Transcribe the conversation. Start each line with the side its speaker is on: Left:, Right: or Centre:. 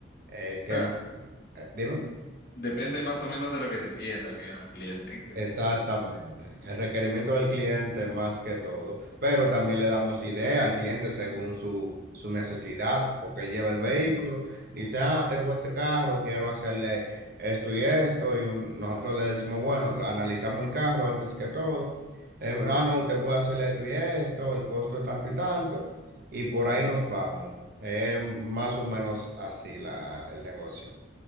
Right: Eh, que,
Left: Claro,
Right: eh, dime.
Left: n- depende más o menos de lo que te pide también ¿no? el cliente. Que,
Right: Exactamente.
Left: que- que-
Right: El requerimiento del cliente más que todo. Pero también le damos idea al cliente según su, su necesidad, porque él lleva el vehículo,
Left: Ujú,
Right: dice, ah, tengo este carro, quiero hacerle esto y esto. Y un- nosotros le decimos, bueno, lo analizamos el carro antes que todo. Eh, ah, no, usted puede hacerle esto y esto, el costo es tanto y tanto. Y por
Left: ujú.
Right: ahí nos vamos. Es más o menos así la, el negocio.